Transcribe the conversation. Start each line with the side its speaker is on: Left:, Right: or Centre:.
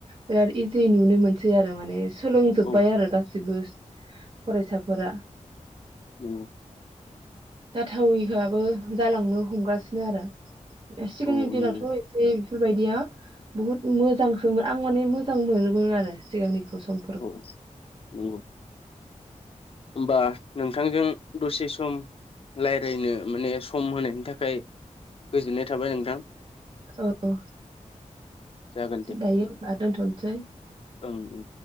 Right: बिराद इजि नुनो मोनसै आरो माने सोलोंजोबबाय
Left: औ
Right: आरो गा गासिबो फरायसाफोरा
Left: नंगौ
Right: जाथावैहाबो जालांनो हमगासिनो आरो सिगांनि
Left: औ
Right: दिनावथ
Left: नंगौ
Right: एसे बेफोरबायदिया बुहुत मोजांसोमोन आं माने मोजां मोनोमोन आरो सिगांनिखौ सम
Left: औ नंगौ होमबा नोंथांजों दसे सम रायलायनो माने सम होनायनि थाखाय गोजोननाय थाबाय नोंथां
Right: औ
Left: जागोन दे
Right: दायो होनबा दोनथनसै
Left: ओं ओं